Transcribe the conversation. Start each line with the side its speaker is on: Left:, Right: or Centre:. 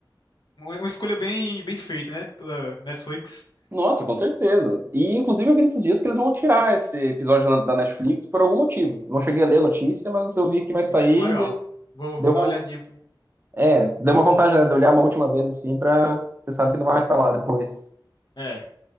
Left: uma uma escolha bem, bem feita, né? Pela Netflix.
Right: Nossa, com certeza. E inclusive eu vi nesses dias que eles vão tirar esse episódio na- da Netflix por algum motivo. Não cheguei a ler a notícia, mas eu vi que vai sair
Left: Hum, legal.
Right: de...
Left: Vou,
Right: Deu
Left: vou dar uma olhadinha. pro-
Right: É, deu uma vantagem, né, de olhar uma última vez assim pra. Você sabe que não vai instalar depois.
Left: É,